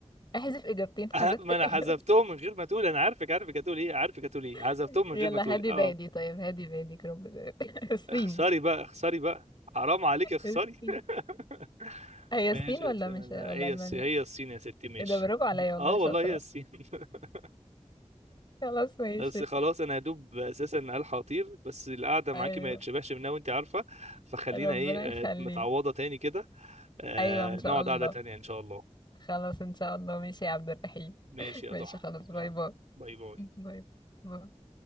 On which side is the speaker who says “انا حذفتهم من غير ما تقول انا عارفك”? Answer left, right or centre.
Right